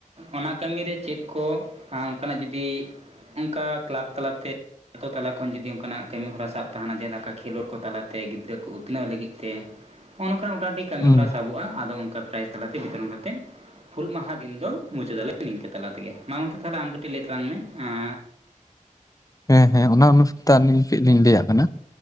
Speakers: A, on the right; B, on the left.
A: ᱚᱱᱟ ᱠᱟᱹᱢᱤᱨᱮ ᱪᱮᱫ ᱠᱚ ᱚᱝᱠᱟᱱᱟᱜ ᱡᱩᱫᱤ ᱚᱜᱠᱟ ᱠᱞᱟᱵᱽ ᱛᱟᱞᱟᱛᱮ ᱟᱛᱳ ᱛᱟᱞᱟ ᱠᱷᱚᱱ ᱡᱩᱫᱤ ᱚᱱᱠᱟᱱᱟᱜ ᱠᱟᱹᱢᱤᱦᱚᱨᱟ ᱥᱟᱵ ᱛᱟᱦᱮᱱᱟ ᱡᱮᱞᱮᱠᱟ ᱠᱷᱮᱞᱳᱰ ᱠᱚ ᱛᱟᱞᱟᱛᱮ ᱜᱤᱫᱽᱨᱟᱹ ᱠᱚ ᱩᱛᱱᱟᱹᱣ ᱞᱟᱹᱜᱤᱫ ᱛᱮ ᱱᱚᱜ-ᱚ ᱱᱚᱝᱠᱟ ᱢᱚᱴᱟᱢᱩᱴᱤ ᱠᱟᱹᱢᱤᱦᱚᱨᱟ
B: ᱦᱩᱸ
A: ᱥᱟᱵᱚᱜ-ᱟ ᱟᱫᱚ ᱚᱱᱠᱟ ᱯᱨᱟᱭᱤᱡ ᱛᱟᱞᱟᱛᱮ ᱵᱤᱛᱚᱨᱚᱱ ᱠᱟᱛᱮᱫ ᱦᱩᱞ ᱢᱟᱦᱟ ᱫᱤᱱ ᱫᱚ ᱢᱩᱪᱟᱹᱫᱟᱞᱮ ᱱᱤᱝᱠᱟᱹ ᱛᱟᱞᱟ ᱛᱮᱜᱮ᱾ ᱢᱟ ᱜᱚᱝᱠᱮ ᱛᱟᱦᱞᱮ ᱟᱢ ᱠᱟᱹᱴᱤᱡ ᱞᱟᱹᱭ ᱛᱟᱞᱟᱝ ᱢᱮ᱾ ᱮᱸ
B: ᱦᱮᱸ ᱦᱮᱸ ᱚᱱᱟ ᱚᱱᱩᱥᱟᱨ ᱛᱮ ᱟᱹᱞᱤᱧ ᱠᱟᱹᱡ ᱞᱤᱧ ᱞᱟᱹᱭᱟᱜ ᱠᱟᱱᱟ,